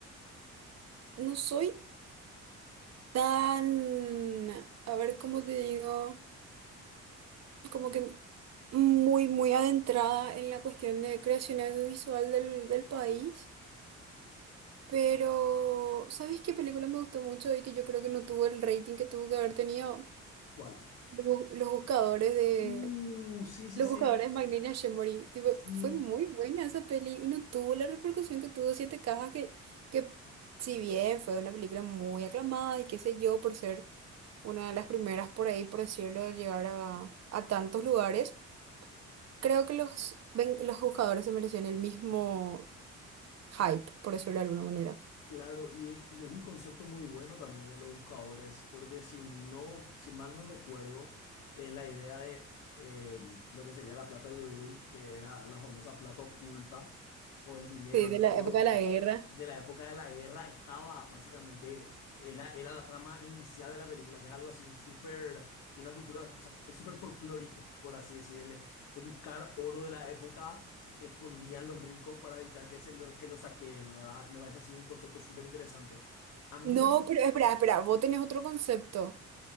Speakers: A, on the right (about 60°); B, on the left (about 85°).
A: No soy tan, a ver, ¿cómo te digo? Como que muy, muy adentrada en la cuestión de creación audiovisual del, del país. Pero, ¿sabes qué película me gustó mucho y que yo creo que no tuvo el rating que tuvo que haber tenido?
B: ¿Cuál?
A: Los, Bu- Los Buscadores
B: Uh, sí, sí,
A: Los
B: sí.
A: buscadores Magnini Shemori, tipo,
B: Sí,
A: fue muy buena esa peli y no tuvo la repercusión que tuvo Siete Cajas, que, que si bien fue una película muy aclamada y qué sé yo, por ser una de las primeras por ahí, por decirlo, de llegar a, a tantos lugares, creo que los, ven- los buscadores se merecían el mismo hype, por decirlo de alguna manera.
B: Claro, y es, y es un concepto muy bueno también el de los buscadores, porque si no, si mal no recuerdo, eh, la idea de eh, lo que sería la plata de Udui, que era la famosa plata oculta, o el dinero,
A: Sí,
B: el
A: de la
B: oro
A: época
B: oculto,
A: de la guerra.
B: de la época de la guerra estaba básicamente, era, era la trama inicial de la película, que es algo así súper, una cultura, o sea, es súper folclórico, por así decirle, buscar oro de la época que escondían los ricos para evitar que, se lo, que los saqueen, ¿verdad? Me parece así un concepto súper interesante. A mí
A: No,
B: particular,
A: pero espera, espera, vos tenés otro concepto.